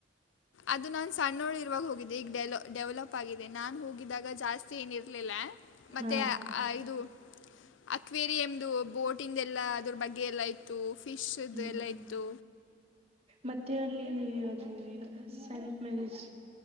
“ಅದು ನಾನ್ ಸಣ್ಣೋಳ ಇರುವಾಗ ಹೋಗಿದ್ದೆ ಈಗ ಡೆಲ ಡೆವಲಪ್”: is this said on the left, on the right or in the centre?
Left